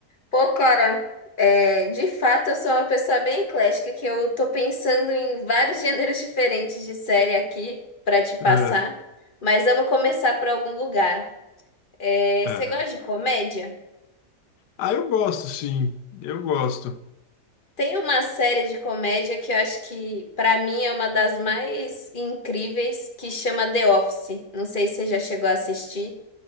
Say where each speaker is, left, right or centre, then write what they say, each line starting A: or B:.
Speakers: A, on the left (about 35°); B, on the left (about 80°).
A: Pô, cara, é, de fato eu sou uma pessoa bem eclética, que eu tô pensando em vários <laughs> gêneros diferentes de série aqui pra te passar,
B: É,
A: mas vamos começar por algum lugar. É,
B: Aham.
A: você gosta de comédia?
B: Ah, eu gosto, sim. Eu gosto.
A: Tem uma série de comédia que eu acho que, pra mim, é uma das mais incríveis, que chama The Office. Não sei se você já chegou a assistir.